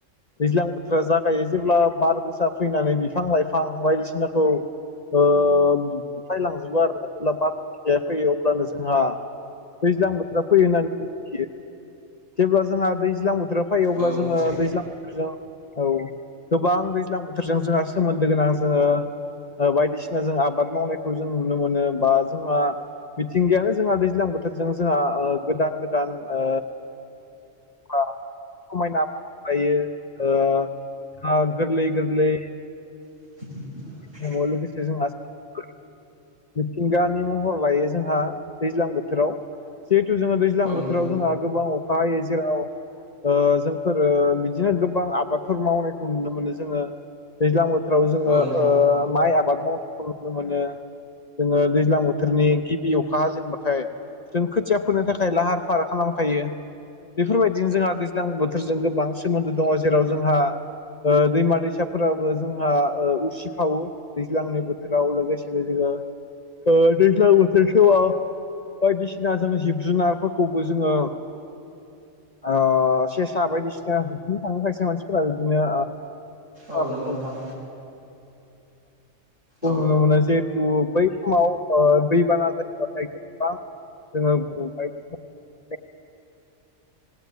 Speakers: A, on the left; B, on the right.
A: दैज्लां बोथोरा जागायो जेब्ला बार गोसा फैनानै बिफां लाइफां बायदिसिनाखौ ओह फायलांजोबो आरोना जेब्ला बार फिखाया फैयो अब्लानो जोंहा दैज्लां बोथोरा फैयो होननानै मिथियो जेब्ला जोंहा दैज्लां बोथोराव फै अब्ला
B: औ
A: जोङो
B: मिथिया
A: दैज्लांजों औ गोबां दैज्लां बोथोरजों जोंहा सोमोन्दो गोनां जोङो बायदिसिना जों आबाद मावनायखौ जों नुनो मोनो बा जोंहा मिथिंगायानो जोंहा दैज्लां बोथोरजों जोंहा ओ गोदान गोदान ओ आआ समायना महर लायो ओआ गोरलै गोरलै
B: <unintelligible>
A: <unintelligible> मिथिंगानि महर लायो जोंहा दैज्लां बोथोराव जोङो दैज्लां
B: औ
A: बोथोराव
B: नोंथां
A: जोंहा गोबां अखा हायो जेराव ओ‌ जोंफोरो बिदिनो गोबां आबादफोर मावनायखौ नुनो मोनो जोङो दैज्लां बोथोर फोराव जोङो
B: औ नोंथां
A: ओ माइ आबाद मावनायखौ नुनो मोनो जोङो दैज्लां बोथोरनि गिबि अखा हाजेनबाथाय जों खोथिया फोनो थाखाय लाहार फाहार खालामखायो। बेफोरबायदिनो जोंहा दैज्लां बोथोरजों गोबां सोमोन्दो दङ' जेराव जोंहा ओ दैमा दैसाफोराबो जोंहा उसिफावो दैज्लांनि बोथोराव लोगोसेनो जोङो ओ ‌दैजलां बोथोर समाव बायदिसिना जोङो जिब जुनारफोरखौबो जोङो ओ सेसा बायदिसिना होसोनो थांनोखायसो मानसिफोरा बिदिनो
B: औ
A: ओह
B: नंगौ नोंथां
A: खौ
B: औ
A: नुनो मोनो जिहेथु बै। समाव ओह दैबाना जायोबाथाय गोबां जोङो बबाय। <unintelligible>